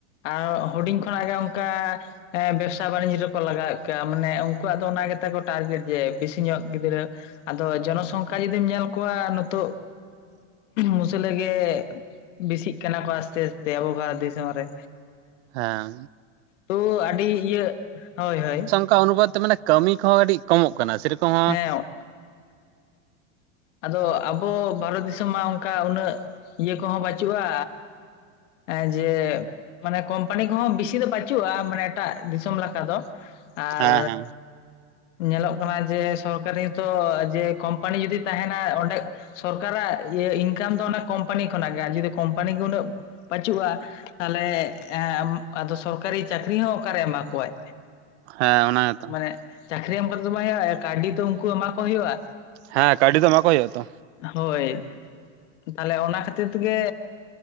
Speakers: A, on the left; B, on the right.
A: ᱟᱨ ᱦᱩᱰᱤᱧ ᱠᱷᱚᱱᱟᱜ ᱜᱮ ᱚᱱᱠᱟ ᱵᱮᱵᱽᱥᱟ ᱵᱟᱱᱤᱡᱽ ᱨᱮᱠᱚ ᱞᱟᱜᱟᱣᱮᱫ ᱠᱚᱣᱟ ᱢᱟᱱᱮ ᱩᱱᱠᱩᱣᱟᱜ ᱫᱚ ᱚᱱᱟ ᱜᱮ ᱛᱮᱠᱚ ᱴᱟᱨᱜᱮᱴ ᱡᱮ ᱵᱮᱥᱤ ᱧᱚᱜ ᱜᱤᱫᱽᱨᱟᱹ ᱟᱫᱚ ᱡᱚᱱᱚᱥᱚᱝᱠᱷᱟ ᱡᱩᱫᱤᱢ ᱧᱮᱞ ᱠᱚᱣᱟ ᱱᱚᱛᱚᱜ ᱢᱩᱥᱟᱹᱞᱟᱹ ᱜᱮ ᱵᱮᱥᱤᱜ ᱠᱟᱱᱟ ᱠᱚ ᱟᱥᱛᱮ ᱟᱥᱛᱮ ᱟᱵᱚ ᱵᱷᱟᱨᱚᱛ ᱫᱤᱥᱚᱢ ᱨᱮ᱾
B: ᱦᱮᱸ
A: ᱛᱚ ᱟᱹᱰᱤ ᱤᱭᱟᱹ ᱦᱳᱭ ᱦᱳᱭ᱾
B: ᱚᱱᱠᱟ ᱩᱱᱩᱵᱟᱫ ᱛᱮ ᱢᱟᱱᱮ ᱠᱟᱹᱢᱤ ᱠᱚᱦᱚᱸ ᱟᱹᱰᱤ ᱠᱚᱢᱚᱜ ᱠᱟᱱᱟ ᱥᱮᱨᱚᱠᱚᱢ ᱦᱚᱸ᱾
A: ᱦᱮᱸ ᱟᱫᱚ ᱟᱵᱚ ᱵᱷᱟᱨᱚᱛ ᱫᱤᱥᱚᱢ ᱢᱟ ᱚᱱᱠᱟ ᱩᱱᱟᱹᱜ ᱤᱭᱟᱹ ᱠᱚᱦᱚᱸ ᱵᱟᱹᱪᱷᱩᱜ-ᱟᱻ ᱮ ᱡᱮ ᱢᱟᱱᱮ ᱠᱳᱢᱯᱟᱱᱤ ᱠᱚᱦᱚᱸ ᱵᱮᱥᱤ ᱫᱚ ᱵᱟᱹᱪᱩᱜᱼᱟ ᱢᱟᱱᱮ ᱮᱴᱟᱜ ᱫᱤᱥᱚᱢ ᱞᱮᱠᱟ ᱫᱚ᱾ ᱟᱨ
B: ᱦᱮᱸ ᱦᱮᱸ
A: ᱧᱮᱞᱚᱜ ᱠᱟᱱᱟ ᱡᱮ ᱥᱚᱨᱠᱟᱨᱤ ᱱᱤᱛᱚᱜ ᱡᱮ ᱠᱳᱢᱯᱟᱱᱤ ᱡᱩᱫᱤ ᱛᱟᱦᱮᱱᱟ ᱚᱸᱰᱮ ᱥᱚᱨᱠᱟᱨ ᱟᱜ ᱤᱱᱠᱟᱢ ᱫᱚ ᱚᱱᱟ ᱠᱳᱢᱯᱟᱱᱤ ᱠᱷᱚᱱᱟᱜ ᱜᱮ ᱟᱨ ᱡᱩᱫᱤ ᱠᱳᱢᱯᱟᱱᱤ ᱜᱮ ᱩᱱᱟᱹᱜ ᱯᱟᱪᱩᱜ-ᱟ ᱛᱟᱦᱟᱞᱮ ᱮᱻ ᱟᱫᱚ ᱥᱚᱨᱠᱟᱨᱤ ᱪᱟᱹᱠᱨᱤ ᱦᱚᱸ ᱚᱠᱟᱨᱮ ᱮᱢᱟ ᱠᱚᱣᱟᱭ᱾
B: ᱦᱮᱸ ᱚᱱᱟ ᱜᱮᱛᱚ
A: ᱢᱟᱱᱮ ᱪᱟᱹᱠᱨᱤ ᱮᱢ ᱠᱟᱛᱮ ᱫᱚ ᱵᱟᱝ ᱦᱩᱭᱩᱜᱼᱟ ᱠᱟᱹᱣᱰᱤ ᱛᱚ ᱩᱱᱠᱩ ᱮᱢᱟ ᱠᱚ ᱦᱩᱭᱩᱜᱼᱟ᱾
B: ᱦᱮᱸ ᱠᱟᱹᱣᱰᱤ ᱫᱚ ᱮᱢᱟᱠᱚ ᱦᱩᱭᱩᱜ-ᱟ ᱛᱚ᱾
A: ᱦᱳᱭ ᱯᱟᱞᱮ ᱚᱱᱟ ᱠᱷᱟᱹᱛᱤᱨ ᱛᱮ ᱜᱮ